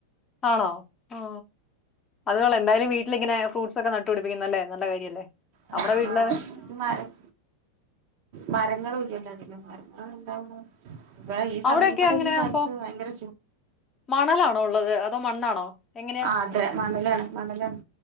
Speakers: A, on the left; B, on the right.
A: ആണോ ഓ അത് കള എന്തായാലും വീട്ടിലിങ്ങനെ ഫ്രൂട്ട്സ് ഒക്കെ നട്ടുപിടിപ്പിക്കുന്നല്ലേ നല്ല കാര്യല്ലേ
B: ആ
A: നമ്മടെ വീട്ടിലെ
B: മരം മരങ്ങളും ഇല്ലല്ലോ അതികം മരങ്ങള് എന്താവോ ഇവിടെ ഈ സ
A: അവിടെയൊക്കെ
B: ഇവിടെ
A: അങ്ങനെ
B: ഈ സ്ഥലത്ത്
A: അപ്പൊ
B: ഭയങ്കര
A: മണലാണോ ഉള്ളത് അതോ മണ്ണാണോ എങ്ങനെയാ
B: ആ അതെ മണലാണ് മണലാണ്